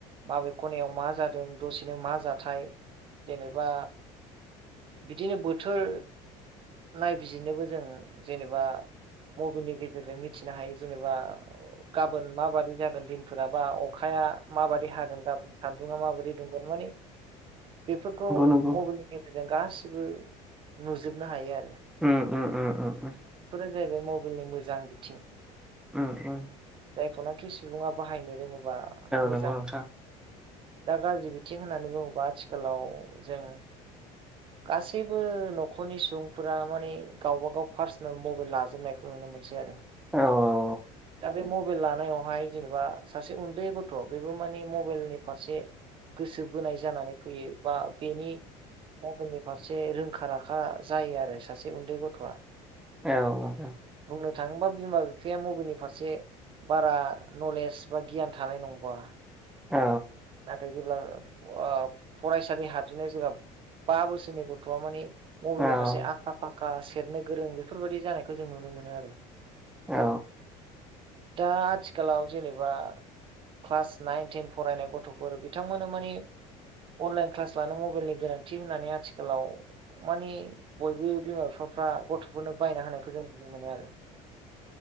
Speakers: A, on the right; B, in the centre.
A: माबे खनायाव मा जादों दसेनो मा जाथाय जेनेबा बिदिनो बोथोर नायबिजिरनोबो जों जेनेबा मबाइलनि गेजेरजों मिथिनो हायो। जेनेबा गाबोन माबादि जागोन दिनफोराबा अखाया माबादि हागोन गाबोन सान्दुङआ माबादि दुंगोन माने बेफोरखौ
B: नंगौ
A: मबाइलनि गेजेरजों जों गासिबो नुजोबनो हायो आरो।
B: उम उ उ उ उ।
A: बे जाहैबाय मबाइलनि मोजां बिथिं।
B: उ उ।
A: जायखौनोखि सुबुङा बाहायनो रोङोबा मोजां
B: नंगौ नोंथां
A: दा गाज्रि बिथिं होननानै बुङोबा आथिखालाव जों गासैबो न'खरनि सुबुंफोरा माने गावबागाव पार्सनेल मबाइल लाजोबनायखौ नुनो मोनसै आरो।
B: औ औ।
A: दा बे मबाइल लानायावहाय जेनेबा सासे उन्दै गथ' बेबो माने मबाइलनि फारसे गोसो बोनाय जानानै फैयो बा बेनि म बाइलनि फारसे रोंखा राखा जायो आरो सासे उन्दै गथ'आ।
B: औ औ।
A: बुंनो थाङोबा बिमा बिफाया मबाइलनि फारसे बारा नलेज बा गियान थानाय नंबा।
B: औ
A: नाथाय जेब्ला ओ फरायसालि हाबजेननय जेब्ला बा बोसोरनि गथ'आ माने
B: औ
A: मबाइलनि फारसे आखा फाखा सेरनो गोरों बेफोरबायाददि जानायखौ जों नुनो मोनो आरो।
B: औ।
A: दा आथिखालाव जेनेबा क्लास नाइन टेन फरायनाय ग थ'फोर बिथांमोननो माने अनलाइन क्लास लानो मबाइलनि गोनांथि होननानै आथिखालाव माने बयबो बिमा बिफाफ्रा गथ' फोरनो बायनो हानायखौ जों नुनो मोनो आरो